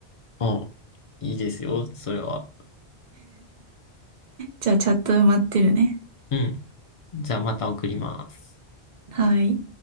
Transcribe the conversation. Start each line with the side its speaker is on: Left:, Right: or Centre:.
Left: あ、いいですよ、それは。
Right: じゃあチャット待ってるね。
Left: うん。じゃあまた送ります。
Right: はい。